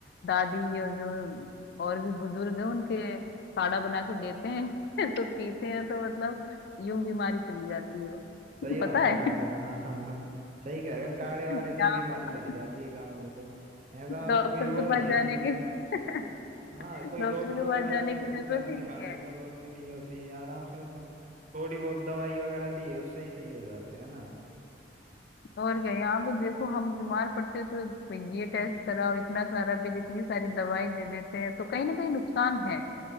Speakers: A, on the left; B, on the right.
A: दादी और जो और भी बुजुर्ग है उनके काढ़ा बना के देते हैं <laughs> तो पीते हैं तो मतलब यूं बीमारी चली जाती है
B: सही
A: <laughs>
B: बात
A: पता है
B: है यार हाँ हाँ हाँ सही कह रहे हो काड़े
A: <laughs>
B: वाड़े से
A: यहाँ
B: ही बीमारी
A: पर
B: चली जाती है गाँव में तो ऐसा मतलब
A: डॉक्टर
B: कोई वो
A: के
B: नहीं
A: पास
B: है
A: जाने
B: कि
A: की
B: तुम
A: <laughs>
B: हाँ कोई
A: डॉक्टर
B: डॉक्टर
A: के
B: वगैरह
A: पास जाने
B: को
A: की
B: इतना
A: जरूरत
B: नहीं
A: ही
B: दिखाने
A: नहीं
B: की जरूरत भी नहीं होती है, आराम से मतलब थोड़ी बहुत दवाई वगैरह ली है, उससे ही सही हो जाते हैं ना
A: और क्या यहाँ पे देखो हम बीमार पड़ते हैं तो ये टेस्ट कराओ इतना सारा बिल इतनी सारी दवाई दे देते हैं तो कहीं ना कहीं नुकसान है